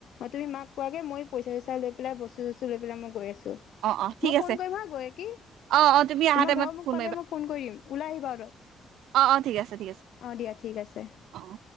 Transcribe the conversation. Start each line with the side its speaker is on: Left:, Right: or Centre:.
Left: তুমি মাক কোৱাগে মই পইচা চইচা লৈ পেলাই বস্তু চচতু লৈ পেলাই মই গৈ আছো।
Right: অ', অ', ঠিক
Left: মই
Right: আছে
Left: ফোন কৰিম হা গৈ কি?
Right: অ', অ', তুমি আহা
Left: তোমাৰ
Right: টাইমত
Left: ঘৰ মুখ
Right: ফোন
Left: পালে মই ফোন কৰি দিম, ওলাই আহিবা অলপ।
Right: অঁ-অঁ ঠিক আছে, ঠিক আছে
Left: অ দিয়া ঠিক আছে
Right: অঁ-অঁ।